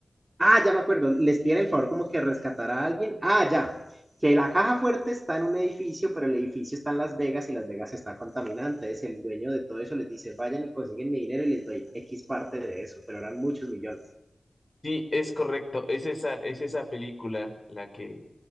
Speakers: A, on the right; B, on the left.
A: Ah, ya me acuerdo, les piden el favor como que rescatar a alguien. Ah, ya, que la caja fuerte está en un edificio, pero el edificio está en Las Vegas y Las Vegas está contaminante. Entonces el dueño de todo eso les dice, vayan y consiguen mi dinero y les doy X parte de eso, pero eran muchos millones.
B: sí, es correcto, es esa, es esa película la que,